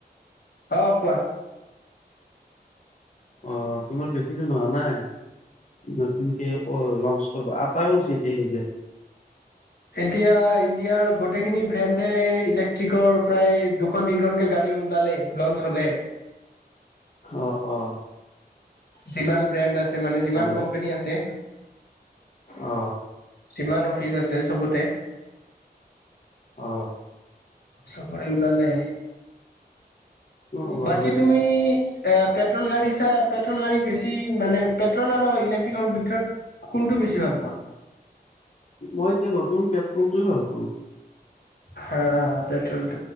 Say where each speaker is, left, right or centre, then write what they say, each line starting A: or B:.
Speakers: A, on the left; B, on the left.
A: অ কোৱা
B: অ তোমাৰ বেছি দিন হোৱা নাই নতুনকে অ লঞ্চ কৰিবা আটাই ল এতিক
A: এতিয়া ইণ্ডিয়াৰ গোটেইখিনি ব্ৰেণ্ ইলেক্ট্ৰিকৰ প্ৰায় দুখন তিনখনকে গাড়ী ওলালে লঞ্চ হ'লে
B: অ অ
A: যিমান ব্ৰেণ্ড আছে মানে সিমান
B: ভালে
A: কোম্পানী আছে
B: অ
A: সিমান অফিচ আছে চবতে
B: অ
A: চবৰে সমানে
B: ওলালে
A: বাকী তুমি এ পেট্ৰল গাড়ী চা পেট্ৰল গাড়ী বেছি মানে পেট্ৰল আৰু ইলেক্ট্ৰিকৰ ভিতৰত কোনটো বেছি ভাল পোৱা।
B: মই এতিয়া ভাল পো পেট্ৰলটোে ভাল পাওঁ।
A: হা পেট্ৰল।